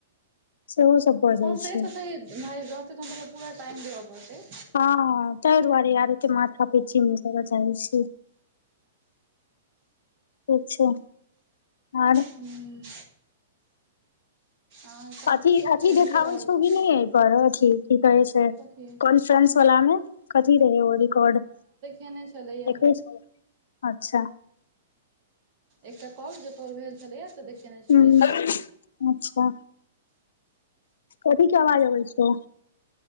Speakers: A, on the left; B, on the right.
A: सेहो सब भ जाइ
B: से
A: छै
B: तऽ भाय जते दिन देबै पूरा टाइम देबऽ पड़तै
A: हँ तहि दुआरे यार एते माथा पेची नहि कर चाहै छी ठीक छै आर
B: हूँ अहाँ सब
A: अथी अथी
B: चलिए
A: देखाबै
B: रहल
A: छौ
B: छी
A: की नहि एहि पर अथी की कहै छै
B: कथी
A: कॉन्फ्रेंस वाला मे कथी रहे ओ रिकॉर्ड
B: कने छलैया
A: देखै छै अच्छा
B: एकटा काॅल जे तोर भेल छलैया से देखेने छलैय
A: हूँ अच्छा कथी के आवाज अबै छै